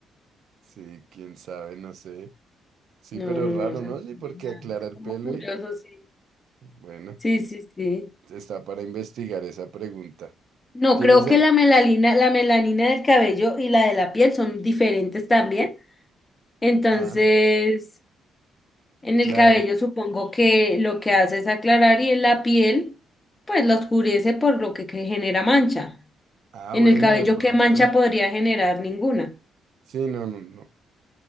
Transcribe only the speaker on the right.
Sí, quién sabe, no sé. Sí,
pero
raro,
¿no?
Sí,
porque
aclara
el
pelo
y
bueno,
está para investigar esa pregunta.
¿Tienes
el...
Ah,
claro.
Ah,
bueno,
de pronto.
Sí, no, no, no.